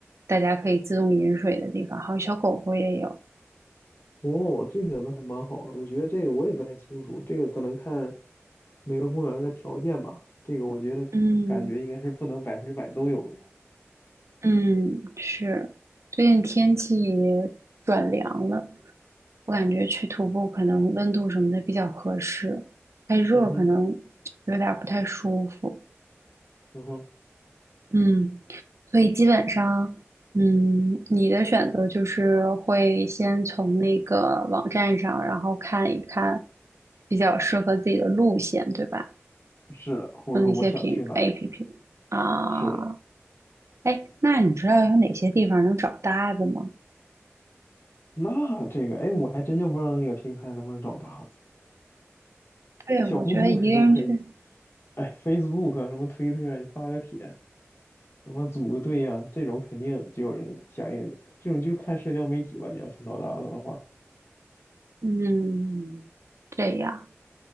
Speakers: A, on the right; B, on the left.
A: 大家可以自动饮水的地方，还有小狗狗也有。
B: 哦，这个那还蛮好的。我觉得这个我也不太清楚，这个可能看每个公园儿的条件吧。这个我觉得感觉应该是不能百分之百都有的。
A: 嗯嗯，是，最近天气转凉了，我感觉去徒步可能温度什么的比较合适，太热可能
B: 嗯哼。
A: 有点儿不太舒服。
B: 嗯哼，
A: 嗯，所以基本上，嗯，你的选择就是会先从那个网站上，然后看一看比较适合自己的路线，对吧？
B: 是的，或者说我想去哪儿，
A: 用那些平 APP 啊，
B: 是的，
A: 哎，那你知道有哪些地方能找搭子吗？
B: 那这个，哎，我还真就不知道那个平台能不能找搭子，
A: 对，
B: 小红书肯定可以，
A: 我觉得一个人去，
B: 哎，Facebook 啊什么推特啊你发个帖，什么组个队呀、这种肯定就有人响应你，这种就看社交媒体吧，你要想找搭子的话，
A: 嗯，这样，